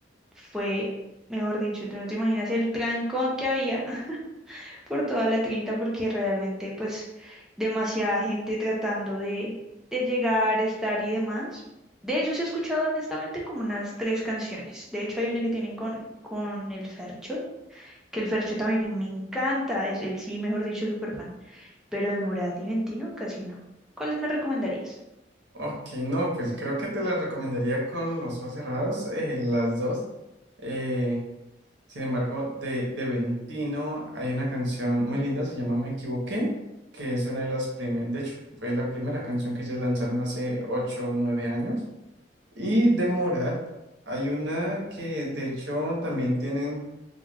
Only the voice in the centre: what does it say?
Fue, mejor dicho, tú no te imaginas el trancón que había <laughs> por toda la 30 porque realmente pues demasiada gente tratando de, de llegar, estar y demás. De ellos he escuchado honestamente como unas tres canciones. De hecho, hay una que tienen con, con el Fercho, que el Fercho también me encanta. Es, él sí, mejor dicho, súper fan pero de morada y ventino casi no. ¿Cuáles me recomendarías?